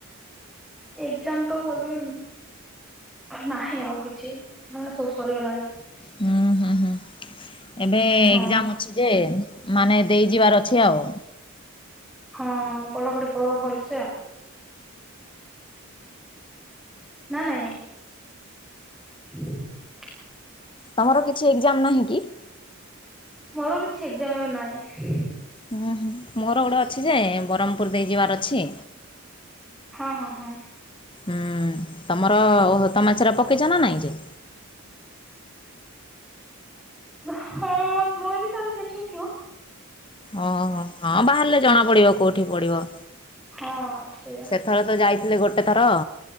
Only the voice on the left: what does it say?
ହୁଁ ହୁଁ ହୁଁ ଏବେ
ଏକଜାମ୍ ଅଛି ଯେ ମାନେ ଦେଇ ଯିବାର ଅଛି ଆଉ।
ତମର କିଛି ଏକଜାମ୍ ନାହିଁ କି?
ହୁଁ ହୁଁ ମୋର ଗୋଡେ ଅଛି ଯେ ବରହମ୍ ପୁର ଦେଇ ଯିବାର ଅଛି
ହୁଁ ତମର ଓହୋ ତମ ଆଚାର ପକେଇଚ ନା ନାଇଁ ଯେ?
ଓହୋ ହଁ ବାହାରିଲେ ଜଣା ପଡିବ କୋଉଠି ପଡିବ
ଏଥର ତ ଯାଇଥିଲେ ଗୋଟେ ଥର